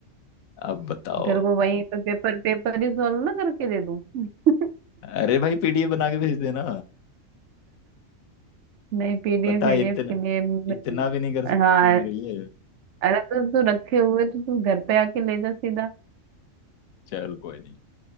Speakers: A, on the left; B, on the right.
A: अब बताओ
B: तेरे को वहीं पे पेपर पेपर ही सॉल्व ना करके दे दूं <laughs>
A: अरे भाई पीडीएफ बना के भेज देना
B: नहीं पीडीएफ
A: बता
B: पीडीएफ
A: इतना
B: के लिए मैं-
A: इतना भी नहीं कर सकते
B: हाँ
A: तुम मेरे लिए
B: अरे तो तू रखे हुए तो तू घर पे आके ले जा सीधा
A: चल कोई नहीं